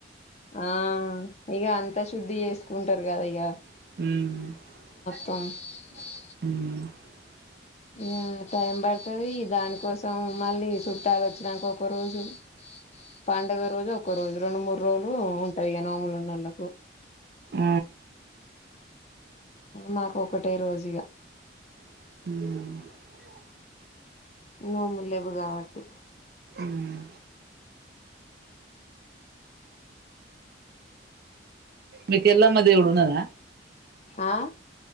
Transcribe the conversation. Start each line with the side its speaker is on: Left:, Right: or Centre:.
Left: ఆ ఇగ అంతా శుద్ధి చేసుకుంటారు కదా ఇగ
Right: మ్
Left: త
Right: మ్
Left: ఆ టైం పడుతది దాని కోసం మళ్ళీ చుట్టాలు వచ్చాక ఒక రోజు, పండుగ రోజు ఒక రోజు రెండు మూడు రోజులు ఉంటది నోములు ఉన్నళ్ళకు
Right: ఆ
Left: మాకు ఒకటే రోజు ఇగా
Right: మ్
Left: నోములెవ్వు కాబట్టి
Right: మ్ మీకు ఎల్లమ్మ దేవుడు ఉన్నాదా
Left: ఆ